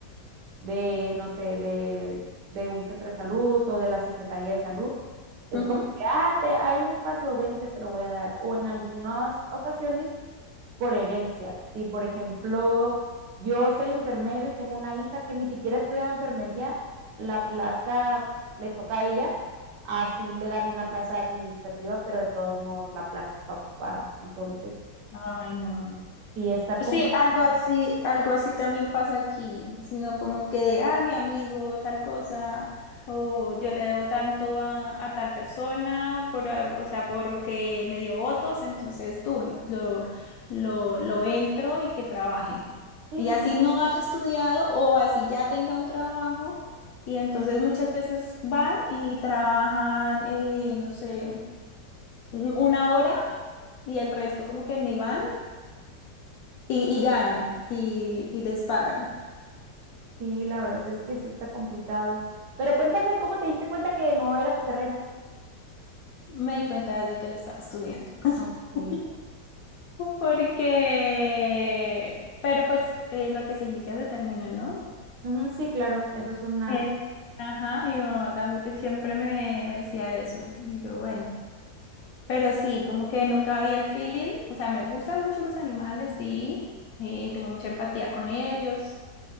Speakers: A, on the right; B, on the left.
A: de, no sé, de, de un centro de salud o de la Secretaría de Salud. Es
B: Ujú.
A: como que, ah, te- hay un espacio, vente, te lo voy a dar. O en algunas ocasiones, por herencia. Si, por ejemplo, yo soy enfermero y tengo una hija que ni siquiera estudia enfermería, la plaza le toca a ella, así le dan una plaza administrativa, pero de todos modos la plaza está ocupada. Entonces,
B: Ay, no.
A: sí está
B: Sí,
A: complicado.
B: algo así, algo así también pasa aquí, sino como que de, ah, mi amigo, tal cosa, o yo le debo tanto a, a tal persona, por, a- o sea, porque me dio votos, entonces tú lo, lo, lo entro y que trabaje.
A: Sí,
B: Y así
A: sí,
B: no haya estudiado o así ya tenga un trabajo, y entonces muchas veces van y trabajan, eh, no sé, una hora y el resto como que ni van y, y ganan y, y les pagan.
A: Sí, la verdad es que sí está complicado. Pero cuéntame, ¿cómo te diste cuenta que no era tu carrera?
B: Me di cuenta desde que lo estaba estudiando. <laughs>
A: Ok.
B: Porque, pero pues eh, lo que se inicia se termina, ¿no?
A: Ujú, sí, claro, eso es una...
B: Eh, ajá, mi mamá también pues, siempre me, me decía eso. Y yo, bueno, pero sí, como que nunca había el feeling. O sea, me gustan mucho los animales, sí. eh, tengo mucha empatía con ellos.